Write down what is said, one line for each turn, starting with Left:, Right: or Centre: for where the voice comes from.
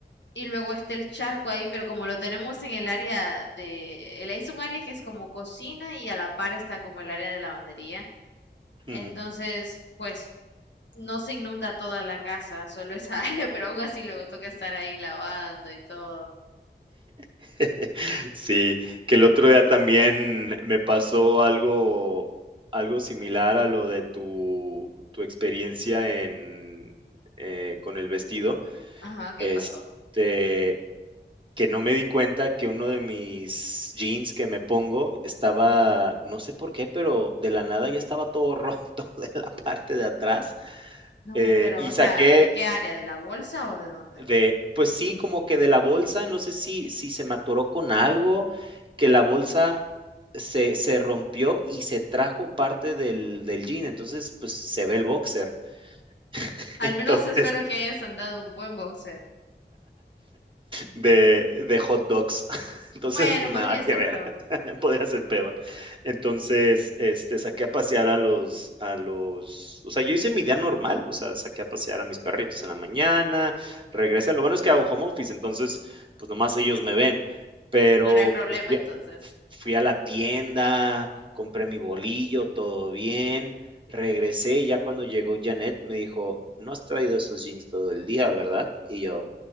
Left: y luego está el charco ahí, pero como lo tenemos en el área de, el- es un área que es como cocina y a la par está como el área de lavandería,
Right: Ujú.
Left: entonces pues no se inunda toda la casa, solo esa <laughs> área, pero aún así luego toca estar ahí lavando y todo.
Right: <laughs> Sí, que el otro día también me pasó algo algo similar a lo de tu tu experiencia en, eh, con el vestido.
Left: Ajá, ¿qué
Right: Este,
Left: pasó?
Right: que no me di cuenta que uno de mis jeans que me pongo estaba, no sé por qué, pero de la nada ya estaba todo roto <laughs> de la parte de atrás.
Left: No,
Right: Eh,
Left: pero,
Right: y
Left: o sea,
Right: saqué
Left: ¿de qué área? ¿De la bolsa o de dónde?
Right: de, pues sí, como que de la bolsa, no sé si, si se me atoró con algo, que la bolsa se, se rompió y se trajo parte del, del jean. Entonces, pues se ve el boxer. <laughs>
Left: Al
Right: Entonces,
Left: menos espero que hayas andado un buen boxer.
Right: de, de hot dogs. <laughs> Entonces,
Left: Bueno,
Right: nada
Left: podría ser
Right: que ver.
Left: peor.
Right: <laughs> Podría ser peor. Entonces, este, saqué a pasear a los, a los, o sea, yo hice mi día normal, o sea, saqué a pasear a mis perritos en la mañana, regresé. Lo bueno es que hago home office, entonces, pues nomás ellos me ven. Pero
Left: No, no hay problema
Right: pues, fui
Left: entonces.
Right: a fui a la tienda, compré mi bolillo, todo bien. Regresé y ya cuando llegó Janet me dijo, no has traído esos jeans todo el día, ¿verdad? Y yo,